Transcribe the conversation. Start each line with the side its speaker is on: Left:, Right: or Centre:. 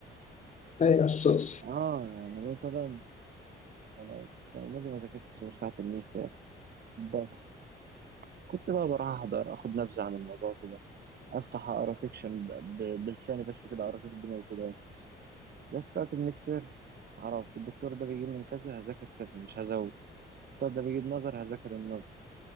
Left: ايوه يا استاذ
Right: آه يعني مثلا أنا السنة دي ما ذاكرتش غير ساعة النت بس كنت بقى بروح أحضر أخد نبذة عن الموضوع كده أفتح أقرأ سيكشن ب- ب- بلساني بس كده أعرف الدنيا كده بس في الميد تيرم اعرف الدكتور ده بيجيب من كذا هذاكر كذا مش هزود الدكتور ده بيجيب نظر هذاكر النظر